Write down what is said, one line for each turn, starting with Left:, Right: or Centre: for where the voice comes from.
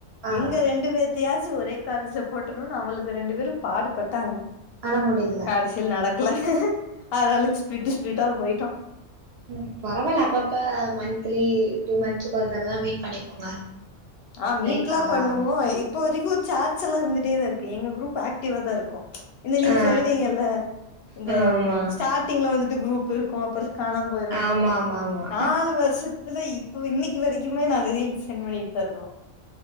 Right: ஆ
Left: எங்க ரெண்டு பேத்தயாச்சு ஒரே காலேஜ்ல போட்றனும்னு அவளுக்கு ரெண்டு பேரு பாடு பட்டாங்க
Right: ஆனா முடியல
Left: காடசில் நடக்கல ஆளாளுக்கு ஸ்பிட்டு் ஸ்பிட்டா போயிட்டோ
Right: உம் பரவால அப்பப்ப மந்த்லி டூ மந்த்ஸ்க்கு ஒரு தடவதா மீட் பண்ணிக்கோங்க
Left: ஆஹ்
Right: பிரேக்
Left: மீட்லா
Right: ஆகாம
Left: பண்ணுவோ இப்ப வரைக் பு சார்ச்சு எல்லா இருந்துட்டே தா இருக்கு எங்க குரூப் ஆக்டிவா தா இருக்கு இந்த நீங்க
Right: ஆ
Left: சொல்லுவீங்கல்ல இந்த
Right: ஆமா
Left: ஸ்டார்டிங்ல வந்து குரூப் இருக்கு அப்பறோ காணாம போயிருன்னு
Right: ஆமா ஆமா ஆமா
Left: நாலு வருஷத்து இத்துல இப்ப இன்னைக்கி வரைக்குமே நாங்க ரீல்ஸ் சென்ட் பண்ணிட்டு தா இருக்கோ கோ